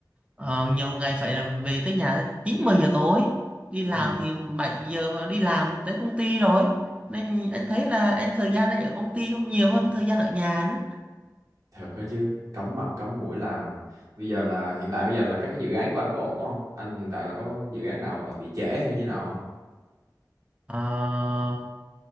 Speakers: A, on the right; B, on the right.
A: ờ, nhiều ngày phải là về tới nhà chín mười giờ tối đi làm
B: Ừ.
A: thì 7 giờ và đi làm tới công ty rồi nên anh thấy là anh thời gian đang ở công ty cũng nhiều hơn thời gian ở nhà nữa
B: Thật đó chứ, cắm mặt cắm mũi làm. Bây giờ là hiện tại bây giờ là các cái dự án của anh có ổn không? Anh hiện tại là có dự án nào bị trễ hay như nào không?
A: Ờ,